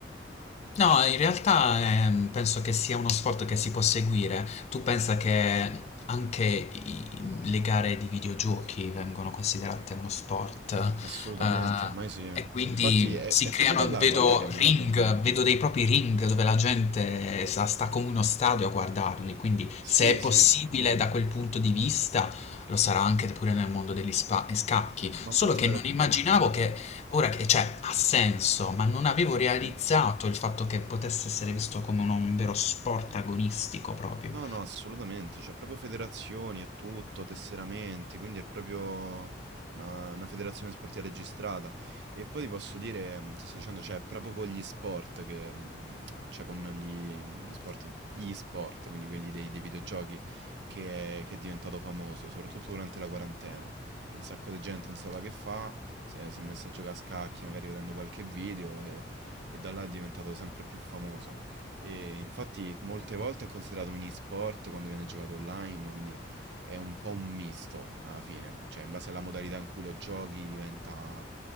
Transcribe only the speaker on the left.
No, in realtà ehm, penso che sia uno sport che si può seguire. Tu pensa che anche i- le gare di videogiochi vengono considerate uno sport,
eh,
e quindi
si
creano,
vedo
ring, vedo dei propri ring dove la gente sta, sta come uno stadio a guardarli. Quindi,
se è possibile
da quel punto di vista, lo sarà anche pure nel mondo degli spa- scacchi.
Solo
che
non immaginavo che Ora che cioè, ha senso, ma non avevo realizzato
il fatto che potesse essere visto come un un vero sport agonistico proprio.